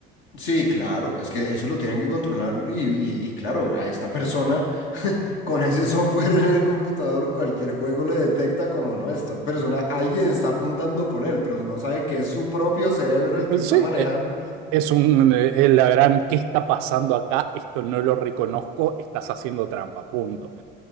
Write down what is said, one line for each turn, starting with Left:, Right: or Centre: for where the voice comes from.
Left: Sí, claro, es que eso lo tienen que controlar y, y- y claro, a esta persona Con ese software <laughs> en el computador, cualquier juego le detecta como no, esta persona, alguien está apuntando por él, pero no sabe que es su propio cerebro el que
Right: Eh,
Left: está
Right: Sí,
Left: manejando.
Right: eh, es un, eh, es la gran, ¿qué está pasando acá? Esto no lo reconozco, estás haciendo trampa, punto.